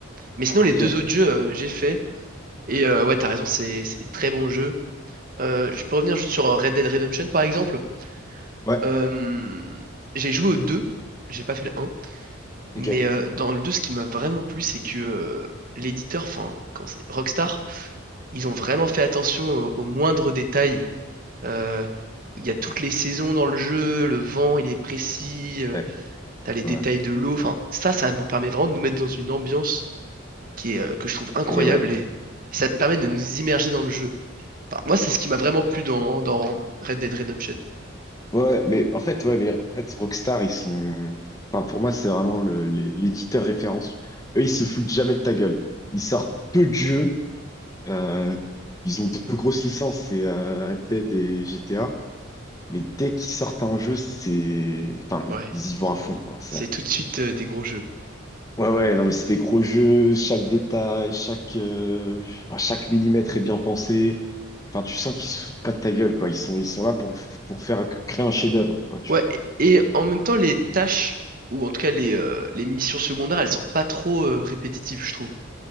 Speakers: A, on the right; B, on the left.
A: Mais sinon, les
B: ok,
A: deux autres jeux, euh, j'ai fait. Et euh, ouais, t'as raison, c'est c'est des très bons jeux. Euh, je peux revenir juste sur euh, Red Dead Redemption, par exemple.
B: ouais,
A: Euh, j'ai joué aux deux, j'ai pas fait le un.
B: ok,
A: Mais euh, dans le 2, ce qui m'a vraiment plu, c'est que euh, l'éditeur, enfin, comment c'est, Rockstar, ils ont vraiment fait attention au- aux moindres détails. Euh, Il y a toutes les saisons dans le jeu, le vent, il est précis, euh,
B: ouais,
A: t'as les détails
B: ouais.
A: de l'eau. Enfin, ça, ça nous permet vraiment de nous mettre dans une ambiance qui est, euh, que je trouve incroyable
B: Et ouais.
A: et, et ça te permet de nous immerger dans le jeu. Enfin, moi, c'est ce qui m'a vraiment plu dans, dans Red Dead Redemption.
B: Ouais, mais en fait, ouais, mais en fait, Rockstar, ils sont. Enfin, pour moi, c'est vraiment le, les- l'éditeur référence. Eux, ils se foutent jamais de ta gueule. Ils sortent peu de jeux. euh, ils ont deux grosses licences, c'est euh, Red Dead et GTA. Mais dès qu'ils sortent un jeu, c'est. Enfin, ils
A: Ouais,
B: ils y vont à fond, quoi. Ça...
A: c'est tout de suite euh, des gros jeux.
B: Ouais, ouais, non, mais c'est des gros jeux. Chaque détail, chaque, euh, enfin, chaque millimètre est bien pensé. Enfin, tu sens qu'ils se foutent pas de ta gueule, quoi. Ils sont, ils sont là pour, pour faire créer un chef-d'œuvre, quoi, tu
A: Ouais,
B: vois.
A: et et en même temps, les tâches, ou en tout cas les, euh, les missions secondaires, elles sont pas trop euh, répétitives, je trouve.